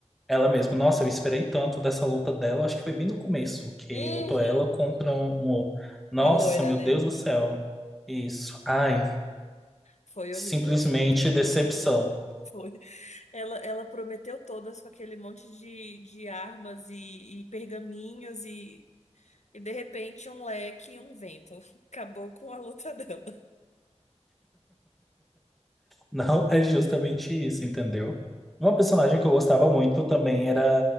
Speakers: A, in the centre; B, on the left (about 70°).
A: Ela mesma. Nossa, eu esperei tanto dessa luta dela. Acho que foi bem no começo que
B: Uhum.
A: lutou ela contra um outro. Nossa,
B: A loira,
A: meu
B: né?
A: Deus do céu. Isso. Ai,
B: Foi
A: simplesmente
B: horrível essa luta dela.
A: decepção. <laughs>
B: Foi. Ela, ela prometeu todas com aquele monte de, de armas e, e pergaminhos e, e de repente um leque e um vento. <laughs> Acabou com a luta dela.
A: Não é justamente isso, entendeu? Uma personagem que eu gostava muito também era